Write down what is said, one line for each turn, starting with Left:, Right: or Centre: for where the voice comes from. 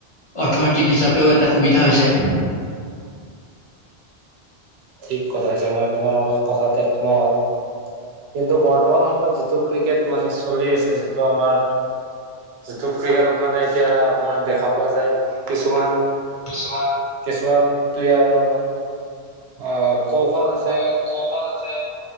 Left: অৰ্থনৈতিক হিচাপেও এটা সুবিধা হৈছে।
Right: ঠিক কথা কৈছে মই তোমাৰ কথাত একমত কিন্তু বৰ্তমান সময়ত যিটো ক্ৰিকেট মানে চলি আছে যি টো আমাৰ যিটো ক্ৰিকেটত মানে এতিয়া আপোনাৰ দেখা পোৱা যায়। কিছুমান
Left: কিছুমান
Right: কিছুমান প্লেয়াৰ মানে অ কৌশল আছ
Left: অ কৌশল আছে